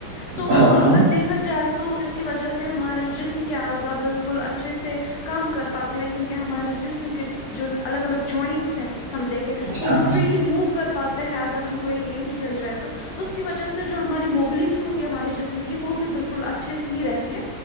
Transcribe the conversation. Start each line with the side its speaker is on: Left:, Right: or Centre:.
Left: تو
Right: ہاں
Left: اگر
Right: ہاں
Left: دیکھا جائے تو اس کی وجہ سے ہمارے جسم آزاب بالکل اچھے سے کام کر پاتے ہیں کیونکہ ہمارے جسم کے جو الگ الگ جوائنٹس ہیں ہم دیکھیں تو
Right: ہاں
Left: وہ فریلی موو کر پاتے ہے اگر ہم کوئی گیم کھیل رہے ہیں تو اس کی وجہ سے جو ہماری موبلٹی ہوتی ہمارے جسم کی وہ بھی بالکل اچھا اچھے سے ہی رہتی ہے